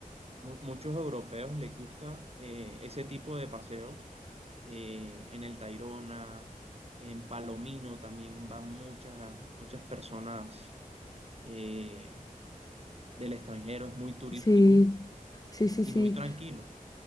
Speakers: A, on the right; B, on the left.
A: Mu- Muchos europeos les gusta eh, ese tipo de paseos. eh, en el Tayrona, en Palomino también van muchas, muchas personas eh, del extranjero. Es muy turístico
B: sí, sí, sí,
A: y
B: sí.
A: muy tranquilo.